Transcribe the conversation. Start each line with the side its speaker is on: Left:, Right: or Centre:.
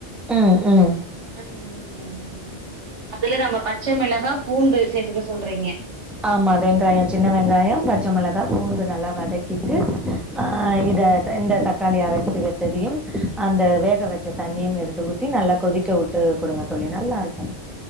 Centre: ம் ம்
Right: ம் அதுல நம்ம பச்ச மிளகா பூண்டு சேத்துக்க சொல்றீங்க
Centre: ஆமா வெங்காய சின்ன வெங்காய பச்ச மிளகா பூண்டு நல்லா வதக்கிட்டு அ இத த இந்த தக்காளி அரச்சு வெத்ததையு அந்த வேக வச்ச தண்ணியு எடுத் து ஊத்தி நல்லா கொதிக்க வுட்டு குடுங்க தோழி நல்லாருக்கு